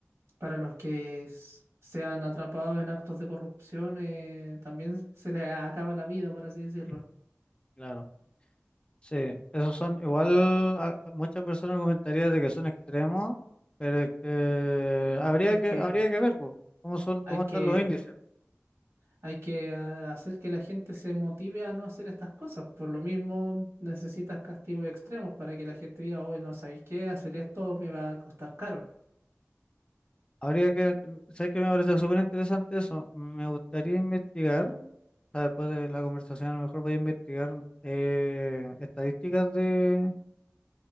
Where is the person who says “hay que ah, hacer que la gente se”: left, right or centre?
Right